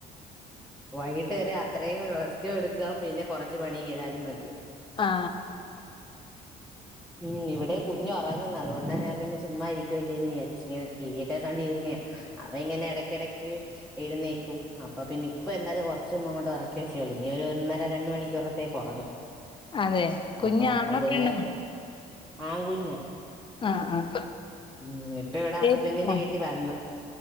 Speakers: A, in the centre; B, on the left (about 30°).
A: വൈകിട്ട് വരെ അത്രയും റെസ്റ്റും എടുക്കാം പിന്നെ കുറച്ച് പണി ചെയ്താലും മതിയായിരുന്നു
B: ആ
A: ഉം ഇവിടെ കുഞ്ഞ് ഉറങ്ങുന്ന അതുകൊണ്ടാ ഞാൻ പിന്നെ ചുമ്മാ ഇരിക്കുവല്ലേന്ന് വിചാരിച്ച് ഇങ്ങനെ ടി വി ഒക്കെ കണ്ടിരുന്നയാ അവൻ ഇങ്ങനെ ഇടക്കിടക്ക് എഴുന്നേക്കും അപ്പൊ പിന്നെ ഇപ്പൊ എന്തായാലും കുറച്ച് മുമ്പ് അങ്ങോട്ട് ഉറക്കി വെച്ചേയുള്ളൂ ഇനി ഒരു ഒന്നര രണ്ട് മണിക്കൂറത്തേക്ക് ഉറങ്ങും
B: അതെ കുഞ്ഞാണോ
A: അപ്പൊ അതുവരെ
B: പെണ്ണോ
A: ആൺകുഞ്ഞാ
B: ആ ആ
A: ഉം ഇപ്പ ഇവിടെ
B: പേരിട്ടാ
A: ഹസ്ബൻഡിന്റെ വീട്ടിൽ വന്നു